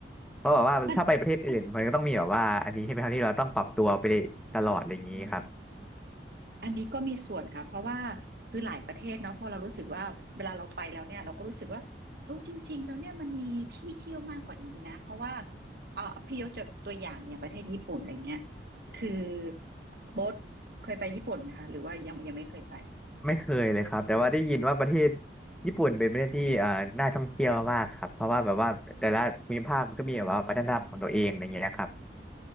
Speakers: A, in the centre; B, on the right (about 55°).
A: เพราะแบบว่าถ้าไปประเทศอื่นมันก็ต้องมีแบบว่าอันนี้ใช่ไหมครับที่เราต้องปรับตัวไปตลอดอะไรอย่างนี้ครับ
B: มัน อันนี้ก็มีส่วนค่ะเพราะว่าคือหลายประเทศเนาะพอเรารู้สึกว่าเวลาเราไปแล้วเนี่ยเราก็รู้สึกว่าเออจริงๆแล้วเนี่ยมันมีที่เที่ยวมากกว่านี้นะเพราะว่าเอ่อพี่ยกตัวอย่างอย่างประเทศญี่ปุ่นอะไรเงี้ยคือโบ๊ทเคยไปญี่ปุ่นไหมคะหรือว่ายังยังไม่เคยไป
A: ไม่เคยเลยครับแต่ว่าได้ยินว่าประเทศญี่ปุ่นเป็นประเทศที่เอ่อน่าท่องเที่ยวมากครับเพราะว่าแบบว่าแต่ละภูมิภาคมันก็มีแบบว่าวัฒนธรรมของตัวเองอะไรอย่างเงี้ยนะครับ